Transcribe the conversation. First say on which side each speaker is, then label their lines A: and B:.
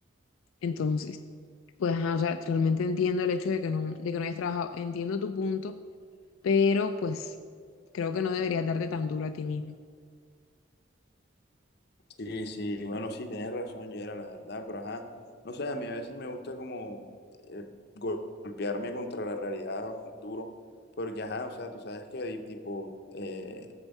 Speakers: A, on the left (about 80°); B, on the left (about 50°).
A: Entonces, pues, ajá, o sea, realmente entiendo el hecho de que no, de que no hayas trabajado, entiendo tu punto, pero pues Creo que no deberías darte tan duro a ti mismo.
B: Sí, sí, bueno, sí, tienes razón, Yera, la verdad, pero ajá, no sé, a mí a veces me gusta como eh, gol- golpearme contra la realidad duro, porque ajá, o sea, tú sabes que hay, tipo, eh,